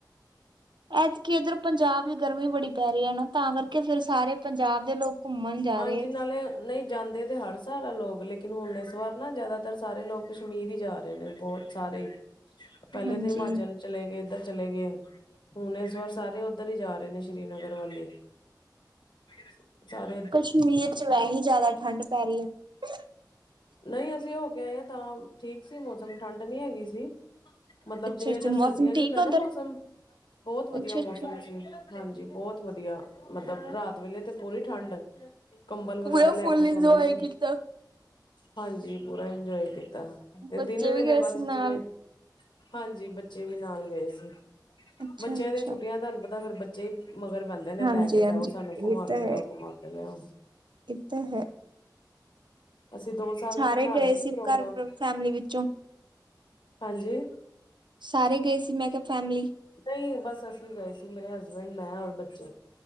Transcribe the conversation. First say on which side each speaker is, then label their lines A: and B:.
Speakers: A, on the right; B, on the left.
A: ਐਤਕੀ ਇੱਧਰ ਪੰਜਾਬ ਵਿੱਚ ਗਰਮੀ ਬੜੀ ਪੈ ਰਹੀ ਹੈ ਨਾ ਤਾਂ ਕਰਕੇ ਫਿਰ ਸਾਰੇ ਪੰਜਾਬ ਦੇ ਲੋਕ ਘੁੰਮਣ ਜਾ
B: ਹਾਂਜੀ
A: ਰਹੇ।
B: ਨਾਲੇ ਨਹੀਂ ਜਾਂਦੇ ਤੇ ਹਰ ਵਾਲਾ ਲੋਕ ਲੇਕਿਨ ਹੁਣ ਇਸ ਵਾਰ ਨਾ ਜ਼ਿਆਦਾਤਰ ਸਾਰੇ ਲੋਕ ਕਸ਼ਮੀਰ ਹੀ ਜਾ ਰਹੇ ਨੇ ਬਹੁਤ ਸਾਰੇ ਹੀ ਪਹਿਲੇ
A: ਹਾਂਜੀ।
B: ਤੇ ਹਿਮਾਚਲ ਚਲੇ ਗਏ ਇੱਧਰ ਚਲੇ ਗਏ ਹੁਣ ਇਸ ਵਾਰ ਸਾਰੇ ਉੱਧਰ ਹੀ ਜਾ ਰਹੇ ਨੇ, ਸ਼੍ਰੀਨਗਰ ਵਾਲੇ <unintelligible>
A: ਕਸ਼ਮੀਰ ਚ ਵੈਹੀ ਜ਼ਿਆਦਾ ਠੰਢ ਪੈ ਰਹੀ ਹੈ।
B: ਨਹੀਂ ਅਸੀਂ ਹੋ ਕੇ ਆਏ ਐ ਤਾਂ ਠੀਕ ਸੀ ਮੌਸਮ ਠੰਡ ਨੀ ਹੈਗੀ ਸੀ ਮਤਲਬ
A: ਅੱਛਾ
B: ਜਿਵੇਂ
A: ਅੱਛਾ
B: ਇਧਰ
A: ਮੌਸਮ
B: ਸਰਦੀਆਂ ਚ
A: ਠੀਕ
B: ਹੁੰਦਾ
A: ਹੈ
B: ਨਾ
A: ਉੱਧਰ
B: ਮੌਸਮ ਬਹੁਤ ਵਧੀਆ
A: ਅੱਛਾ ਅੱਛਾ
B: ਮੌਸਮ ਸੀ ਹਾਂਜੀ ਬਹੁਤ ਵਧੀਆ ਮਤਲਬ ਰਾਤ ਵੇਲੇ ਤੇ ਪੂਰੀ ਠੰਡ ਕੰਬਲ ਵਗੈਰਾ
A: ਪੁਰਾ
B: ਲੈ
A: ਫੁਲ
B: ਕੇ
A: ਇਨਜੋਏ
B: ਸੌਂਦੇ ਸੀ
A: ਕੀਤਾ।
B: ਹਾਂਜੀ ਪੂਰਾ ਇੰਜੋਏ ਕੀਤਾ। ਤੇ
A: ਬੱਚੇ
B: ਦਿਨ ਵੇਲੇ
A: ਵੀ ਗਏ
B: ਬਸ
A: ਸੀ ਨਾਲ।
B: ਜਿਵੇਂ, ਹਾਂਜੀ ਬੱਚੇ, ਬੱਚੇ ਵੀ ਨਾਲ ਗਏ ਸੀ
A: ਅੱਛਾ
B: ਬੱਚਿਆਂ
A: ਅੱਛਾ
B: ਦੀਆਂ ਛੁੱਟੀਆਂ ਤੁਹਾਨੂੰ ਪਤਾ ਫੇਰ ਚ, ਮਗਰ ਬੰਦੇ ਨੇ
A: ਹਾਂਜੀ
B: ਲੈ ਕੇ
A: ਹਾਂਜੀ
B: ਜਾਓ ਸਾਨੂੰ
A: ਇਹ
B: ਘੁਮਾ
A: ਤਾਂ
B: ਕੇ
A: ਹੈ
B: ਲਿਆਓ ਘੁਮਾ ਕੇ ਲਿਆਓ।
A: ਇਹ ਤਾਂ ਹੈ
B: ਅਸੀਂ ਦੋ ਸਾਲ
A: ਸਾਰੇ
B: ਤੋਂ ਬਣਾ
A: ਗਏ
B: ਰਹੇ
A: ਸੀ
B: ਪ੍ਰੋਗਰਾਮ
A: ਘਰ ਫੈਮਲੀ ਵਿੱਚੋਂ
B: ਹਾਂਜੀ,
A: ਸਾਰੇ ਗਏ ਸੀ ਮੈਂ ਕਿਹਾ ਫੈਮਿਲੀ
B: ਨਹੀਂ ਬਸ ਅਸੀਂ ਗਏ ਸੀ ਮੇਰੇ ਹੱਸ ਡ ਮੈ ਔਰ ਬੱਚੇ,